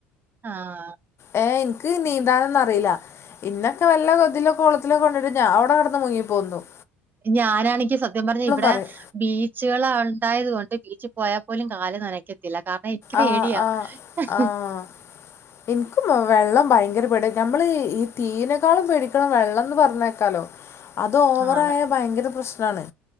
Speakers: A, on the right; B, on the left.
A: ആഹ്
B: ഏഹ്, ഇൻക്ക് നീന്താനൊന്നും അറീല്ല ഇന്നൊക്കെ വല്ല കൊതിലൊ കൊളത്തിലൊക്ക കൊണ്ടിട്ട ഞാൻ അവിടെ കിടന്ന് മുങ്ങിപ്പൊന്തും.
A: ഞാനാണങ്കി സത്യം പറഞ്ഞ ഇവിടെ
B: പറയും
A: ബീച്ച്. ച്ച്കള ഉണ്ടായതു കൊണ്ട് ബീച്ചിൽ പോയാൽ പോലും കാല് നനയ്ക്ക ഇല്ല കാ <unintelligible> ഇൻക്ക് പേടിയാ
B: ആഹ് ആഹ്
A: <unintelligible>
B: ആഹ് ഇൻക്കും വെള്ളം ഭയങ്കര പേടിയാ, നമ്മള് ഈ തീനേക്കാളും പേടിക്കണം വെള്ളംന്ന് പറഞ്ഞേക്കാലോ അത് ഓവറായാൽ
A: ആണ്.
B: ഭയങ്കര പ്രശ്നാണ്.